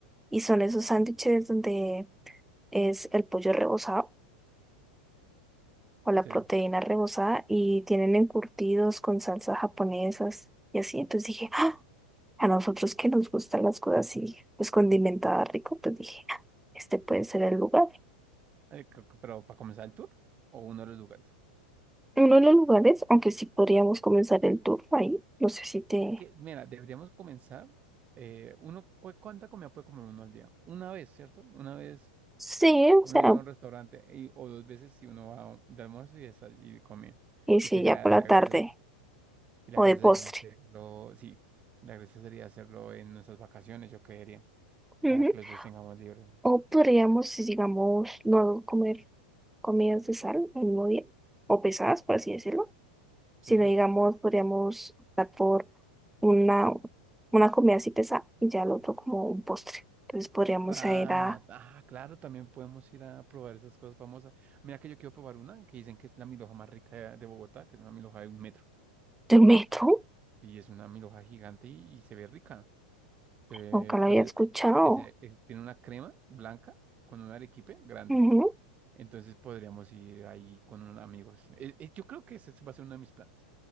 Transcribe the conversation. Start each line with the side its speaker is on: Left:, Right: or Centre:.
Centre: y son esos sándwiches donde es el pollo rebozado o la
Right: sí,
Centre: proteína rebozada y tienen encurtidos con salsas japonesas y así. Entonces dije, ¡Ah! a nosotros que nos gustan las cosas así, pues condimentadas rico, pues dije, "Ah, este puede ser el lugar.
Right: Eh, c- c- pero para comenzar el tour o uno de los lugares.
Centre: Uno de los lugares, aunque sí podríamos comenzar el tour ahí, no sé si te...
Right: Es que, mira, deberíamos comenzar. eh, uno, cu- ¿cuánta comida puede comer uno al día? Una vez, ¿cierto? Una vez
Centre: Sí, o
Right: uno
Centre: sea,
Right: iba a un restaurante y- o dos veces si uno va a un- de almuerzo y, desay- y come.
Centre: y si
Right: Y sería
Centre: ya por
Right: la
Centre: la
Right: gracia,
Centre: tarde
Right: y la
Centre: o
Right: gracia
Centre: de postre.
Right: sería hacerlo, sí, la gracia sería hacerlo en nuestras vacaciones, yo creería,
Centre: Ujú.
Right: para que los dos tengamos libre.
Centre: O podríamos, si digamos, no comer comidas de sal el mismo día, o pesadas, por así decirlo sino
Right: Sí.
Centre: digamos, podríamos optar por una, una comida así pesada y ya el otro como un postre. Entonces podríamos
Right: Ah,
Centre: ir a
Right: ah, claro, también podemos ir a probar esas cosas famosas. Mira que yo quiero probar una que dicen que es la milhoja más rica de, de Bogotá, que es una milhoja de un metro.
Centre: del metro,
Right: Y es una milhoja gigante y, y se ve rica. Se ve
Centre: nunca lo
Right: con
Centre: había
Right: e-
Centre: escuchado.
Right: e, ese- eh, tiene una crema blanca con un arequipe grande.
Centre: Ujú.
Right: Entonces podríamos ir ahí con unos amigos. Eh, eh, yo creo que ese va a ser uno de mis planes.